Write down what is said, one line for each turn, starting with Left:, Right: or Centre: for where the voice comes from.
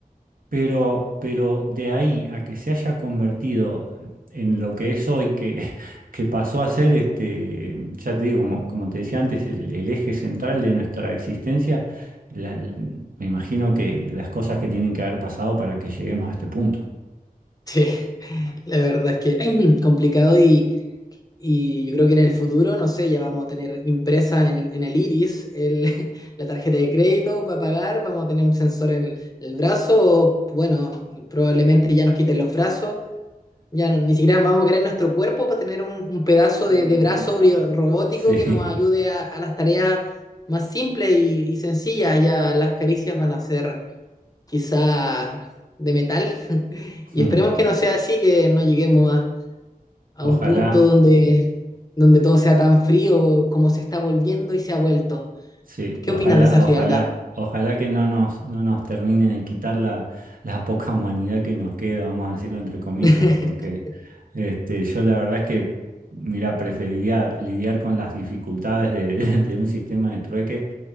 Right: Pero, pero de ahí a que se haya convertido en lo que es hoy, que, <laughs> que pasó a ser, este, ya te digo, como, como te decía antes, el, el eje central de nuestra existencia, la- me imagino que las cosas que tienen que haber pasado para que lleguemos a este punto.
Left: Sí, <laughs> la verdad es que <clears throat> complicado y Y yo creo que en el futuro, no sé, ya vamos a tener impresa en, en el iris el- <laughs> la tarjeta de crédito para pagar, vamos a tener un sensor en el, el brazo, o, bueno, probablemente ya nos quiten los brazos, ya no- ni siquiera vamos a querer nuestro cuerpo para tener un, un pedazo
Right: Mm,
Left: de, de brazo bio- robótico
Right: Sí,
Left: que nos ayude
Right: <laughs>
Left: a, a las tareas más simples y, y sencillas, ya las caricias van a ser quizá de metal, <laughs> y
Right: mm,
Left: esperemos que no sea así, que no lleguemos a
Right: ojalá,
Left: un punto donde, donde todo sea tan frío como se está volviendo y se ha vuelto.
Right: sí,
Left: ¿Qué
Right: ojalá,
Left: opinas de esa
Right: ojalá,
Left: frialdad
Right: ojalá que no nos, no nos terminen de quitar la, la poca humanidad que nos queda, vamos a decirlo entre comillas,
Left: <laughs>
Right: porque este, yo la verdad es que, mira, preferiría lidiar con las dificultades de, <laughs> de un sistema de trueque